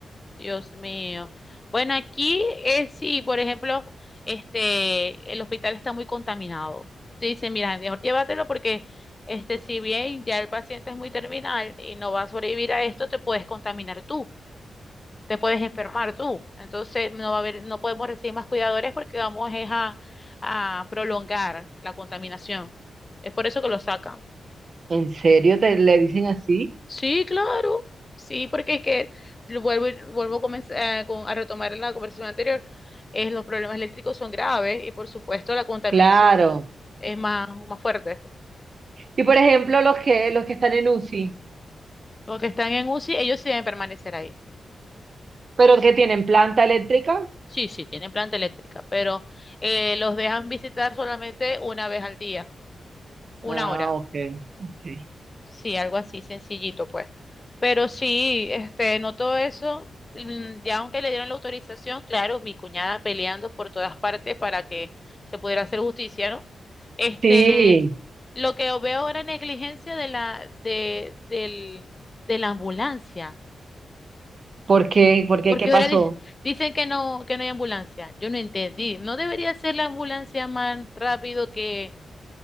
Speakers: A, on the left; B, on the right.
A: Dios mío. Bueno, aquí es sí, por ejemplo, este, el hospital está muy contaminado. Te dicen, mira, mejor llévatelo porque, este, si bien ya el paciente es muy terminal y no va a sobrevivir a esto, te puedes contaminar tú. te puedes enfermar tú. Entonces no va a haber, no podemos recibir más cuidadores porque vamos es a, a prolongar la contaminación. Es por eso que lo sacan.
B: ¿En serio te le dicen así?
A: Sí, claro. Sí, porque es que lo vuelvo, y- vuelvo a, comenzar, eh, con- a retomar la conversación anterior. Es, los problemas eléctricos son graves y por supuesto la contaminación
B: Claro.
A: es más, más fuerte.
B: Y por ejemplo, los que, los que están en UCI,
A: Los que están en UCI, ellos sí deben permanecer ahí.
B: pero que tienen planta eléctrica.
A: Sí, sí, tienen planta eléctrica, pero eh, los dejan visitar solamente una vez al día, una
B: Ah,
A: hora.
B: ok, ok.
A: Sí, algo así sencillito, pues. Pero sí, este, no todo eso, mm, ya aunque le dieron la autorización, claro, mi cuñada peleando por todas partes para que se pudiera hacer justicia, ¿no? Este,
B: Sí,
A: lo que veo ahora es negligencia de la, de, del, de la ambulancia.
B: ¿por qué? ¿Por qué?
A: Porque
B: ¿Qué pasó?
A: ahora di- dicen que no, que no hay ambulancia. Yo no entendí. ¿No debería ser la ambulancia más rápido que